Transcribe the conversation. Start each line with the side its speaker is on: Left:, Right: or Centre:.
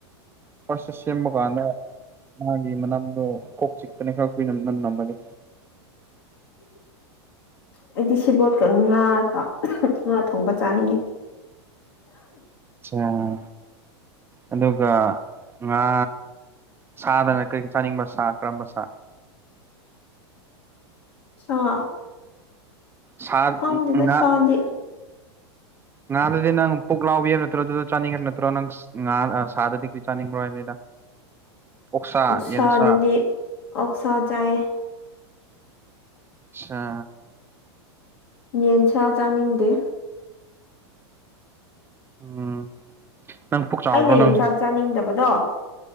Right: ꯐꯥꯔꯁꯇ ꯁꯦꯝꯕ ꯀꯥꯟꯗ ꯃꯥꯒꯤ ꯃꯅꯝꯗꯣ ꯀꯣꯛ ꯆꯤꯛꯄꯅꯦ ꯈꯔ ꯀꯨꯏꯅ ꯃꯅꯝ ꯅꯝꯑꯗꯤ
Left: ꯑꯩꯗꯤ ꯁꯤꯕꯣꯠꯀ ꯉꯥ ꯒ ꯉꯥ ꯊꯣꯡꯕ ꯆꯥꯅꯤꯡꯉꯦ
Right: ꯑꯣ ꯑꯗꯨꯒ ꯉꯥ ꯁꯥꯗꯅ ꯀꯔꯤ ꯀꯔꯤ ꯆꯥꯅꯤꯡꯕ ꯁꯥ ꯀꯔꯝꯕ ꯁꯥ
Left: ꯁꯥ
Right: ꯁꯥ
Left: ꯈꯪꯗꯦꯗ
Right: ꯉꯥ
Left: ꯁꯥꯗꯤ
Right: ꯉꯥꯗꯗꯤ ꯅꯪ ꯄꯨꯛ ꯂꯥꯎꯕꯤꯕ ꯅꯠꯇ꯭ꯔꯣ ꯑꯗꯨꯗ ꯆꯥꯅꯤꯡꯕ꯭ꯔ ꯅꯠꯇ꯭ꯔꯣ ꯅꯪ ꯉꯥ ꯁꯥꯗꯗꯤ ꯆꯥꯅꯤꯡꯕ꯭ꯔꯣ ꯍꯥꯏꯕꯅꯤꯗ ꯑꯣꯛꯁꯥ
Left: ꯑꯣꯛꯁꯥꯗꯗꯤ
Right: ꯌꯦꯟꯁꯥ
Left: ꯑꯣꯛꯁꯥ ꯆꯥꯏꯌꯦ
Right: ꯁꯥ
Left: ꯌꯦꯟꯁꯥ ꯆꯥꯅꯤꯡꯗꯦ
Right: ꯎꯝ ꯅꯪ ꯄꯨꯛ ꯆꯥꯎꯕ꯭ꯔꯣ
Left: ꯑꯩꯅ
Right: ꯅꯪ
Left: ꯌꯦꯡꯁꯥ ꯆꯥꯅꯤꯡꯗꯕꯗꯣ